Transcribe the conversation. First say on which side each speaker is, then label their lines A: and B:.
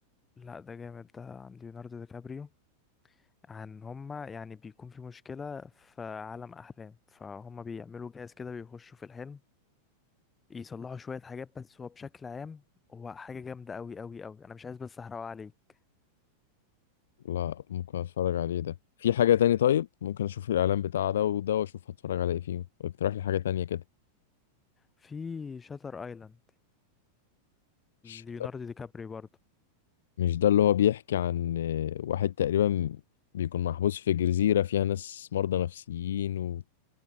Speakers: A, on the left (about 15°); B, on the left (about 60°).
A: لا ده جامد ده عن ليوناردو دي كابريو عن هما يعني بيكون في مشكلة في عالم أحلام فهما بيعملوا جهاز كده بيخشوا في الحلم يصلحوا شوية حاجات بس هو بشكل عام هو حاجة جامدة أوي أوي أوي أنا مش عايز بس أحرقها عليك
B: لا ممكن اتفرج عليه ده في حاجة تاني طيب ممكن اشوف الاعلان بتاع ده وده واشوف هتفرج على ايه فيهم اقترح لي حاجة تانية كده
A: في شاتر ايلاند
B: مش
A: ليوناردو دي كابري برضه
B: مش ده اللي هو بيحكي عن آه، واحد تقريبا بيكون محبوس في جزيرة فيها ناس مرضى نفسيين وبعد